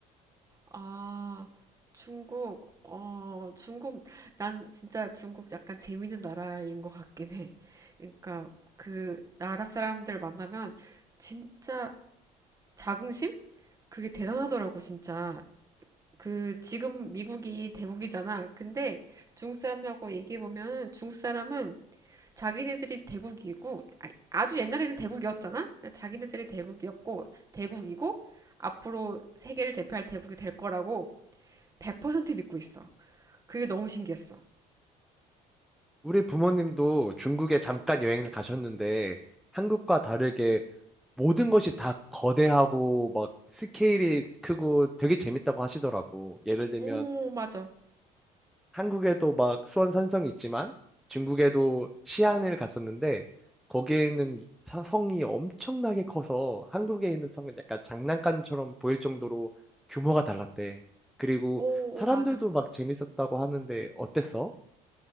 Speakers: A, on the right; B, in the centre.
A: 아, 중국, 어, 중국, 난 진짜 중국 약간 재밌는 나라인 것 같긴 해. 그러니까 그 나라 사람들 만나면 진짜 자긍심? 그게 대단하더라고, 진짜. 그 지금 미국이 대국이잖아. 근데 중국 사람하고 얘기해 보면 중국 사람은 자기네들이 대국이고 아, 아주 옛날에는 대국이었잖아. 자기네들이 대국이었고 대국이고 앞으로 세계를 제패할 대국이 될 거라고 100% 믿고 있어. 그게 너무 신기했어.
B: 우리 부모님도 중국에 잠깐 여행을 가셨는데 한국과 다르게 모든 것이 다 거대하고 막 스케일이 크고 되게 재밌다고 하시더라고. 예를 들면
A: 오, 맞아.
B: 한국에도 막 수원 산성이 있지만 중국에도 시안을 갔었는데 거기에 있는 사- 성이 엄청나게 커서 한국에 있는 성은 약간 장난감처럼 보일 정도로 규모가 달랐대. 그리고
A: 오,
B: 사람들도
A: 오, 맞아.
B: 막 재밌었다고 하는데 어땠어?